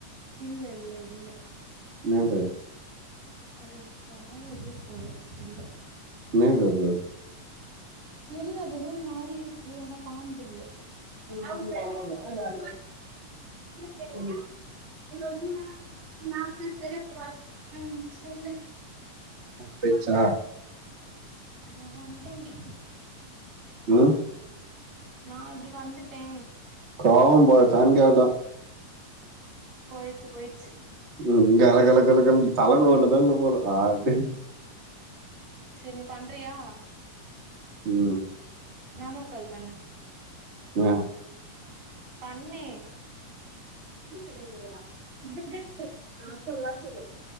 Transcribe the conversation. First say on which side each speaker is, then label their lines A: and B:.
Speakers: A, on the right (about 65°); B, on the right (about 35°).
A: இல்ல இல்ல இல்ல
B: இன்னாது
A: அது வேற எதோ போல இல்ல
B: இன்னது அது
A: தெரியல அது எதோ ஒரு மாரி இருக்கு ஆனா பாம்பு இல்ல
B: அவுங் ஃப்ரெண்டு <unintelligible> தெர்ல <unintelligible>
A: ம் சொல்லு
B: பேயிச்சா
A: இன்னா ஒன் டைம்டி
B: ம்
A: நா இப்பிடி வந்துட்டே
B: கோவு போச்சான் கேட்டே
A: போயிர்ச்சி போயிர்ச்சி
B: ம் கல கல கலன் சலங்க ஒன்னுதா இல்ல போல அது
A: சே நீ பண்றியா
B: ம்
A: நாமல் கால் பண்ணு
B: மே
A: பண்ணே
B: <unintelligible>